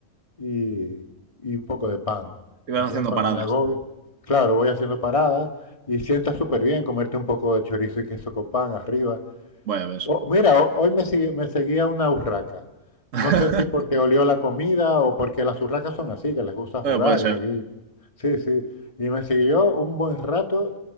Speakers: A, on the left (about 25°); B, on the right (about 60°).
A: y, y un poco de pan.
B: Y vas
A: Entonces
B: haciendo
A: cuando
B: paradas,
A: me agobio, claro, voy haciendo paradas y sienta súper bien comerte un poco de chorizo y queso con pan arriba.
B: vaya, ves.
A: Oh, mira, ho- hoy me, sigue- me seguía una urraca.
B: <laughs>
A: No sé si porque olió la comida o porque las urracas son así, que les gusta jugar
B: Bueno, puede ser.
A: y seguir. Sí, sí. Y me siguió un buen rato,